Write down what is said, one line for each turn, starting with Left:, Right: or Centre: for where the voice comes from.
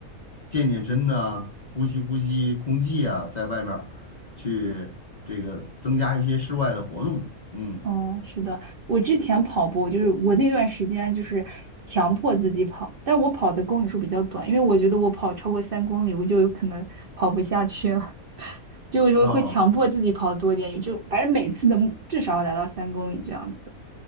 Left: 健健身呐、呼吸呼吸空气啊，在外面儿去这个增加一些室外的活动。嗯
Right: 哦，是的，我之前跑步就是我那段时间就是强迫自己跑，但我跑的公里数比较短，因为我觉得我跑超过三公里我就有可能跑不下去了，<laughs> 就有时会强迫自己跑多点，
Left: 啊
Right: 也就反正每次的目至少要达到三公里这样子。